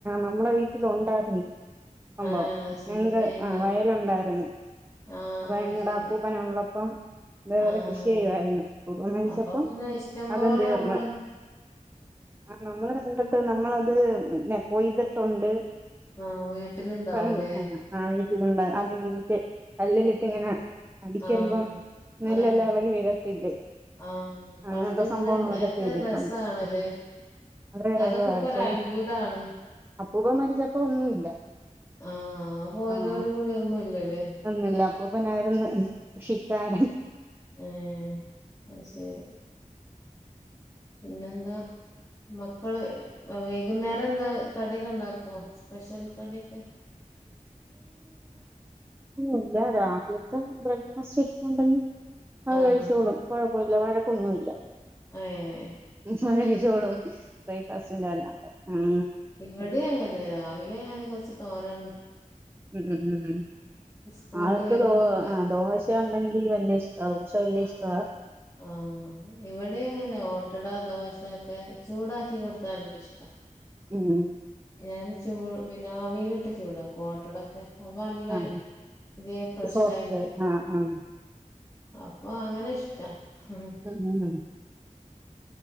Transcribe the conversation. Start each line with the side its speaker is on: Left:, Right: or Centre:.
Right: നമ്മുടെ വീട്ടില് ഉണ്ടാക്കുന്നു. സംഭവം
Left: ആഹ് അത് ശരി
Right: ഞങ്ങക്ക്
Left: ഏഹ്
Right: ആഹ് വയലുണ്ടായിരുന്നു,
Left: ആഹ്
Right: അപ്പൊ
Left: അത്
Right: ഞങ്ങടെ
Left: ശരി
Right: അപ്പൂപ്പൻ ഉള്ളപ്പം. അതേപോലെ
Left: ആഹ്
Right: കൃഷി ചെയ്യുമായിരുന്നു, അപ്പൂപ്പൻ മരിച്ചപ്പോ
Left: അപ്പൊ പിന്നെ ഇഷ്ടം
Right: അതും
Left: പോലെ
Right: തീർന്നു.
Left: നമ്മള്
Right: ആഹ് നമ്മള് കണ്ടിട്ട് നമ്മള് അത് കൊയ്തിട്ടുണ്ട്.
Left: ആഹ് വീട്ടിലുണ്ടാവൂലേ
Right: പ ആഹ് ആഹ് വീട്ടിലുണ്ടായിരുന്നു. അതിൽ ഉരുട്ടി കല്ലിലിട്ട് ഇങ്ങനെ അടിക്കുമ്പോ
Left: ആഹ്
Right: നെല്ല്
Left: അതന്നെ
Right: എല്ലാം ഇളകി വീഴും. ത്തില്ലേ
Left: ആഹ്
Right: അങ്ങനത്തെ
Left: പണ്ടിങ്ങനെ
Right: സംഭവങ്ങളൊക്കെ
Left: ഒക്കെ
Right: ചെയ്തിട്ടുണ്ട്.
Left: രസാണല്ലേ
Right: അവരെ
Left: അതൊക്കെ
Right: സഹായിക്കാൻ
Left: ഇപ്പൊ ഒരു അത്ഭുതാണ്
Right: അപ്പൂപ്പൻ മരിച്ചപ്പോ ഒന്നുല്ല.
Left: ആഹ് പോയതോട്
Right: ആഹ്
Left: കൂടി ഒന്നുംല്ലല്ലേ
Right: ഒന്നുല്ല അപ്പൂപ്പനായിരുന്നു കൃഷിക്കാരൻ.
Left: ഏഹ് അത് ശരി പിന്നെന്താ? മക്കള് വ വൈകുന്നേരം എന്താ കടിക്കെ ഇണ്ടാക്കുവോ സ്പെഷ്യൽ കടിക്കെ?
Right: ഇല്ല രാവിലത്തെ ബ്രേക്ക്ഫാസ്റ്റ് ഇരുപ്പുണ്ടങ്കി അത്
Left: ആഹ്
Right: കഴിച്ചോളും, കൊഴപ്പല്ല, വഴക്കൊന്നുല്ല.
Left: ഏഹ്
Right: കഴിച്ചോളും ബ്രേക്ക്ഫാസ്റ്റിന്റെ <unintelligible> ആഹ്
Left: ഇവിടെ അങ്ങനെ രാവിലെ ഞാൻ കൊറച്ച് തോനെ
Right: മ് മ് മ് മ്
Left: സ്കൂൾ
Right: ആൾക്ക്
Left: വിട്ട് വരുമ്പോക്ക്
Right: ദോ ആ ദോശ ഉണ്ടെങ്കിൽ വല്യ ഇഷ്ട ദോശ വല്യ
Left: ആഹ്
Right: ഇഷ്ടവാ.
Left: ആഹ് ഇവടെ അങ്ങനെ ഒ ട്ടട ദോശ ഒക്കെ ചൂടാക്കി കൊടുത്ത <unintelligible> ഇഷ്ട.
Right: മ്
Left: ഞാൻ ചൂ പിന്നെ ആവിയിലിട്ട് ചൂടാക്കും ഓട്ടടക്കെ. അപ്പ നല്ല
Right: ആഹ്
Left: പുതിയ ഫ്രഷ്
Right: സോഫ്റ്റ്
Left: ആയി <unintelligible>
Right: ആഹ് ആഹ്
Left: അപ്പ അങ്ങനെ ഇഷ്ടാ. ഉം.
Right: മ് മ് മ്